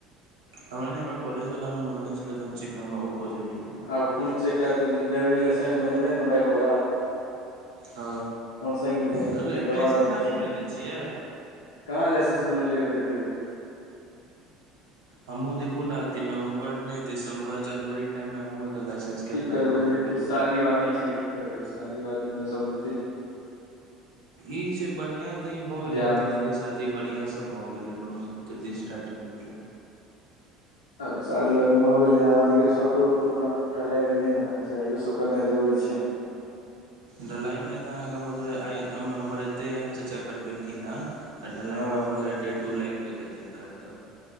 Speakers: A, on the right; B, on the left.
A: हमरा नहि हमरा कॉलेजवलामे मङ्गने छलै त हम चिक्नमे ओ पॉजिटिव
B: आब खून चक तऽ ड्राइवरी लाइसेंस बनेबे ने बाइक वला
A: ह
B: मोटरसाइकिलके
A: तऽ लाइसेंस
B: ताके बाद हत
A: अहाँ
B: से
A: नहि बनेने छियै
B: कहाँ लाइसेस बनलिय अभीक यौ
A: हमू देखु ने अ नवम्बर न दिसं्बर जनवरी के टाइम मे हमहु एताे लाइसेंस इ केके
B: की
A: अपप्लाइ
B: करबै
A: कऽ देबै
B: शादी वादी छले की करबै शादी वादी मे सब बु
A: ई छै बढ़िया तऽ ई भ गेलै
B: बियाह
A: कि दीदी
B: मे
A: के शादी बढ़िया से भऽ गेलै कोनो स्टारट नहि गेल
B: आब शादी वादी भऽ गेलै देख छतो त अपना ढलाइ अभी नहि ने भेल छै इहो सब करनाइ जरूरी छै
A: ढलाइमे तऽ अहाँके हमरा बुझाय आय हमर एतहि इहए च्चा कर भेलखिन हन आ ढलाइमे
B: ह
A: आब बुझाय डेढ़ दू लागि गेल हे तै हिनका तऽ